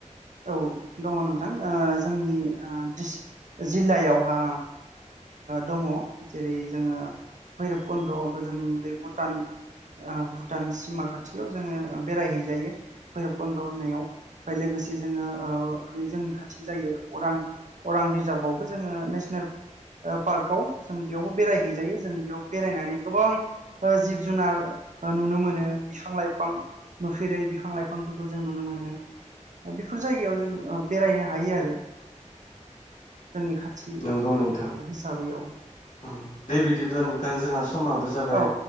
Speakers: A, on the right (about 75°); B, on the left (about 75°).
A: औ दङ नोंथां ओ जोंनि ओ द्रि जिल्लायावहा दङ जेरै जोङो भैरब कुन्द' जों बे भुटान ओ भुटान सिमा खाथियाव जोङो बेरायहैजायो भैरब कुन्द' होननायाव ओमफ्राय लोगोसे। जोङोओ जोंनि खाथि जायो अरां अरां रिजार्भआवबो जोङो नेसनेल ओ पार्कआव। जों बेवबो बेरायहैजायो जों बेयाव। बेरायनानै गोबां ओ जिब जुनार ओ नुनो मोनो बिफां लाइफां नुफेरै बिफां लाइफांफोरखौ जों नुनो मोनो। बेफोर जायगायाव जों ओ बेरायनो हायो आरो। जोंनि खाथि
B: नोंगौ नोंथां
A: हिसाबै औ
B: उम दे बिदिब्ला नोंथां जोंहा। समाबो जाबाय
A: औ